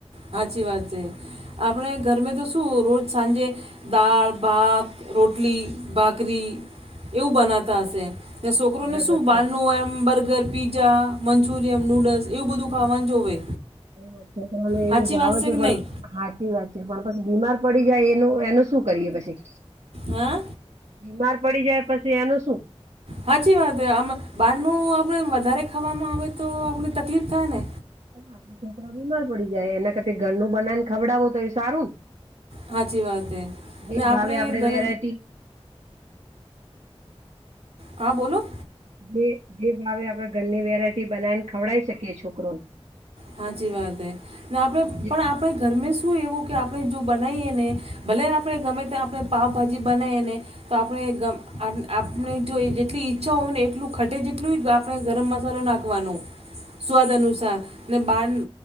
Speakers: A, on the right; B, on the right.
A: હાચી વાત એ આપણે ઘરમે તો શું રોજ સાંજે દાળ, ભાત, રોટલી, ભાખરી એવું બનાતા હશે તે સોકરોને
B: બરાબર
A: સુ બારનું
B: છે
A: એમ બર્ગર પી ચા મંચુરિયમ નૂડલ્સ એવું બધું ખાવાનું જોવે
B: હ છોકરાને
A: સાચી
B: એવું ભાવે
A: વાત
B: છે
A: કે
B: પણ
A: નહીં
B: સાચી વાત છે પણ પછ બીમાર પડી જાય એનું એનું શું કરીએ પછી
A: હા
B: બીમાર પડી જાય પછી એનું શું?
A: હાચી વાત એ આ બહારનું આપણે વધારે ખાવામાં આવે તો આપને તકલીફ થાય ને?
B: આપે છોકરા બીમાર પડી જાય એના કરતા ઘરનું બનાઈને ખવડાવો તો એ સારું ને?
A: હાચી વાત એ ને
B: જે
A: આપણે
B: ભાવે આપડે
A: ગર
B: વેરાયટી
A: હા બોલો.
B: જે જે ભાવે આપડે ઘરની વેરાયટી બનાવીને ખવડાવી શકીએ છોકરોને.
A: હાચી વાત હૈ ને આપણે
B: જી
A: પણ આપણે ઘરમે શું એવું કે આપણે જો બનાઇએ ને ભલે આપણે ગમે તે આપણે પાવભાજી બનાઈ એને તો આપણે ગમ આટ આપણે જો જેટલી ઈચ્છા હોય ને એટલું ખટે જેટલું હોય તો આપ ણે ગરમ મસાલો નાખવાનો સ્વાદ અનુસાર ને બારનુ